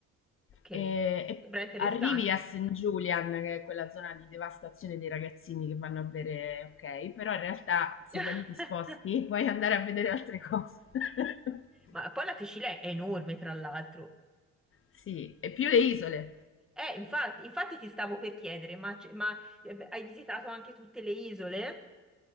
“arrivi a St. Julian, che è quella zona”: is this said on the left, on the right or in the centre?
Left